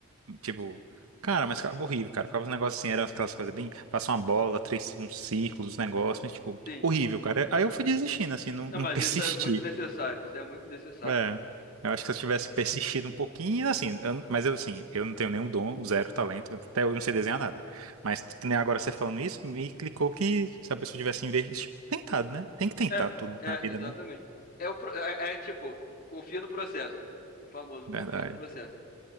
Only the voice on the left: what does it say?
sim.
Não,
mas
isso é muito necessário. Isso é muito necessário.
É,
é,
exatamente.
É, o, pro- é, é, é tipo, confia no processo. O famoso
confia no processo.